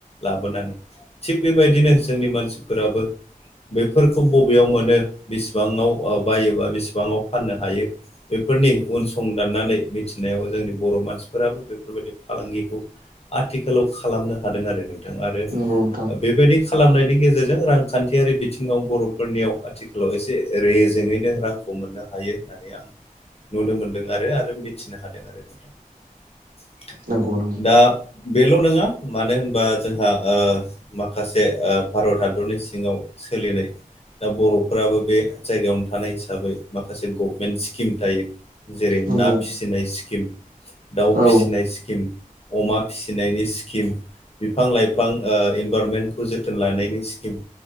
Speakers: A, on the left; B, on the right.
A: लाबोनानै। थिग बेबायदिनो जोंनि मानसिफोराबो बेफोरखौ बबेयाव मोनो बिसिबाङाव ओ बायोबा बेसेबांङाव फाननो हायो। बेफोरनि उन सं दाननानै मिथिनायाव जोंनि बर' मानसिफोराबो बेफोरबायदि फालांगिखौ। आथिखालाव खालामनो हादों नोंथां आरो।
B: नंगौ नोंथां
A: बेबायदि खालामनायनि गेजेरजों रांखान्थियारि बिथिङाव बर'फोरनियाव आथिखा। आखालाव एसे रेजेङैनो रांखौ मोननो हायो होननानै आं। नुनो मोनदों आरो आरो मिथिनो हादों आरो नोंथां
B: नंगौ नंगौ
A: दा बेल' नङा मानो होनबा जोंहा ओ माखासे ओ भारत हादरनि सिङाव सोलिनाय दा बर' फोराबो बे जायगायावनो थानाय हिसाबै माखासे गभमेन्ट स्किम थायो। जेरै
B: नंगौ
A: ना फिसिनाय स्किम। दाउ
B: औ
A: फिसिनाय स्किम अमा फिसिनायनि स्किम बिफां लाइफां ओ इनभारमेन्टखौ जोथोन लानायनि स्किम।